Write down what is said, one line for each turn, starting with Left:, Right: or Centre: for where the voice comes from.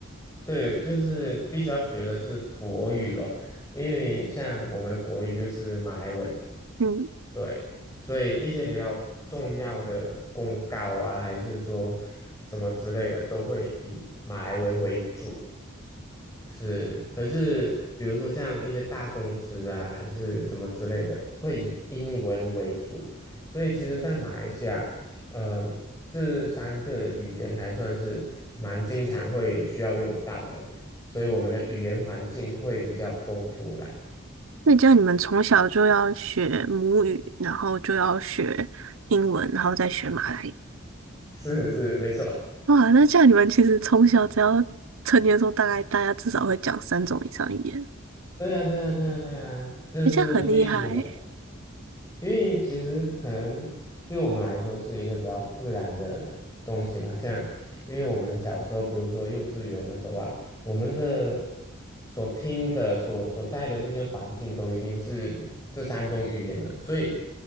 Left: 对，就是必须要学的是国语咯，因为像我们的国语就是马来文，
Right: 嗯，
Left: 对，所以一些比较重要的公告啊，还是说什么之类的，都会以马来文为主。是，可是比如说像一些大公司啊，还是什么之类的，会以英文为主。所以其实，在马来西亚，嗯、这三个语言还算是蛮经常会需要用到的，所以我们的语言环境会比较丰富啦。
Right: 那这样你们从小就要学母语，然后就要学英文，然后再学马来语。
Left: <laughs> 是是，没错。
Right: 哇，那这样你们其实从小只要成年的时候，大概大家至少会讲三种以上语言，
Left: 对呀，对呀，对呀，对呀，这是必须的，
Right: 诶这样很厉害欸
Left: 因为其实可能对我们来说是一个比较自然的东西嘛，像因为我们小时候，比如说幼稚园的时候啊，我们的所听的、所所在的这些环境都已经是这三种语言了，所以